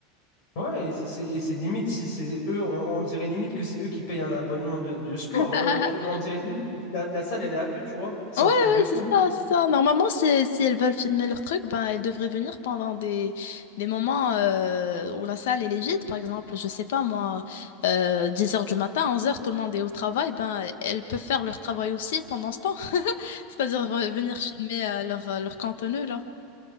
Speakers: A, on the left (about 50°); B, on the left (about 70°).
A: Ouais, et c'est c'est- et c'est limite. Si c'est eux, on, on dirait limite que c'est eux qui payent un abonnement de, de sport.
B: <laughs>
A: euh, qui- on dirait limite que la, la salle, elle est à eux, tu vois. C'est
B: Ouais,
A: un
B: ouais,
A: truc de fou.
B: c'est ça, c'est ça. Normalement, si, si elles veulent filmer leur truc, ben, elles devraient venir pendant des, des moments euh, où la salle elle est vide. Par exemple, je sais pas moi, euh, 10h du matin, onze heures tout le monde est au travail. Ben, elles peuvent faire leur travail aussi pendant ce temps. <laughs> C'est-à-dire euh, venir filmer euh, leur, euh, leur contenu, là.